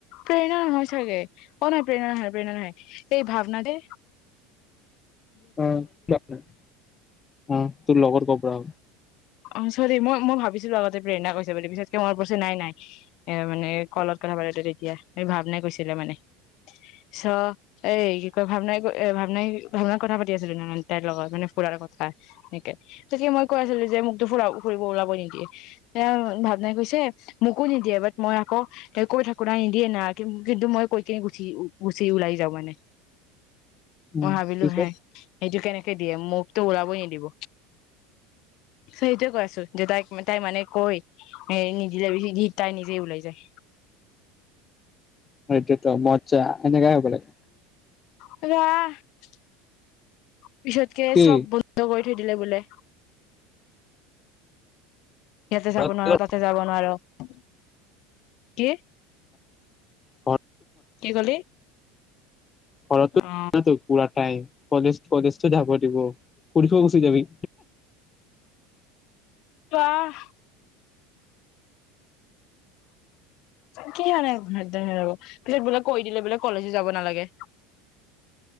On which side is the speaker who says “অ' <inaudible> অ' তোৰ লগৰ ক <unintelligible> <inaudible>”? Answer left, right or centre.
Left